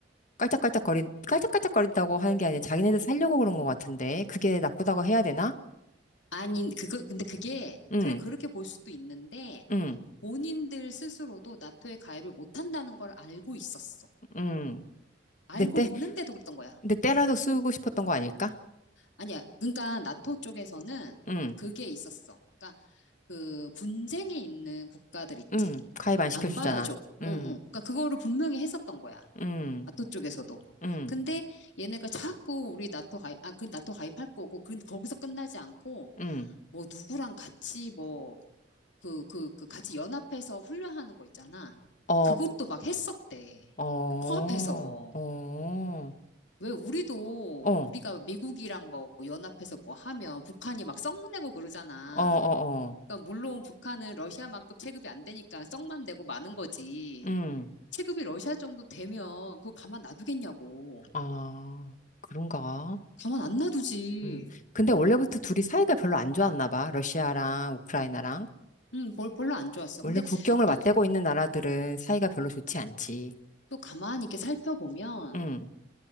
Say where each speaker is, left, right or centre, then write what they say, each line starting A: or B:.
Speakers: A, on the left; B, on the left.
A: 깔짝깔짝거리 깔짝깔짝거린다고 하는 게 아니라 자기네들 살려고 그런 것 같은데 그게 나쁘다고 해야 되나?
B: 아니, 그거, 근데 그게,
A: 응,
B: 그래, 그렇게 볼 수도 있는데,
A: 응,
B: 본인들 스스로도 나토에 가입을 못한다는 걸 알고 있었어.
A: 응.
B: 알고
A: 내 때,
B: 있는데도 그랬던 거야.
A: 내 때라도 쓰고 싶었던 거 아닐까?
B: 아니야. 그러니까 나토 쪽에서는
A: 응,
B: 그게 있었어. 그러니까 그 분쟁이 있는 국가들 있지.
A: 응. 가입 안 시켜주잖아.
B: 안 받아줘.
A: 응,
B: 응, 응. 그러니까 그거를 분명히 했었던 거야.
A: 응,
B: 나토 쪽에서도.
A: 응,
B: 근데 얘네가 자꾸 우리 나토 가입, 아, 그 나토 가입할 거고, 그 거기서 끝나지 않고,
A: 응.
B: 뭐 누구랑 같이 뭐, 그, 그, 그 같이 연합해서 훈련하는 거 있잖아.
A: 어,
B: 그것도 막 했었대.
A: 어, 어,
B: 코앞에서.
A: 어,
B: 왜 우리도
A: 어,
B: 우리가 미국이랑 뭐, 뭐 연합해서 뭐 하면 북한이 막 썩내고 그러잖아.
A: 어, 어.
B: 그러니까 물론 북한은 러시아만큼 체급이 안 되니까 썩만 내고 마는 거지.
A: 응.
B: 체급이 러시아 정도 되면 그거 가만 놔두겠냐고.
A: 아, 그런가?
B: 가만 안 놔두지.
A: 음. 근데 원래부터 둘이 사이가 별로 안 좋았나 봐. 러시아랑 우크라이나랑.
B: 음, 뭘 별로 안 좋았어.
A: 원래
B: 근데
A: 국경을
B: 또,
A: 맞대고 있는 나라들은 사이가 별로 좋지 않지.
B: 또 가만히 이렇게 살펴보면,
A: 음,